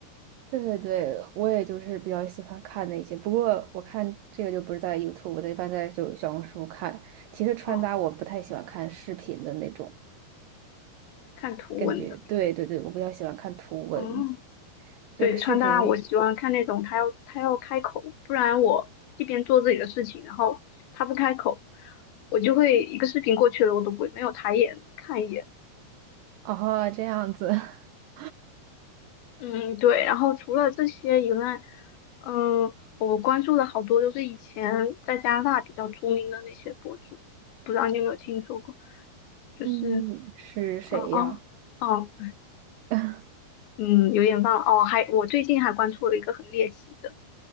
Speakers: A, on the right (about 85°); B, on the left (about 75°).
A: 对对对，我也就是比较喜欢看那些，不过我看这个就不是在 YouTube，我在一般在就小红书看。其实穿搭我不太喜欢看视频的那种
B: 嗯，看图文的。
A: 感觉，对对对，我比较喜欢看图文，
B: 嗯，
A: 就视频，
B: 对，穿搭我喜欢看那种她要她要开口，不然我一边做自己的事情，然后她不开口，我就会一个视频过去了，我都不会没有抬眼看一眼。
A: 哦，这样子。<laughs>
B: 嗯，对，然后除了这些以外，嗯，我关注的好多，都是以前在加拿大比较出名的那些博主，不知道你有没有听说过？就是，
A: 嗯，是谁呀？
B: 嗯哦哦，
A: <laughs>
B: 嗯，有点忘了哦。还我最近还关注了一个很猎奇的，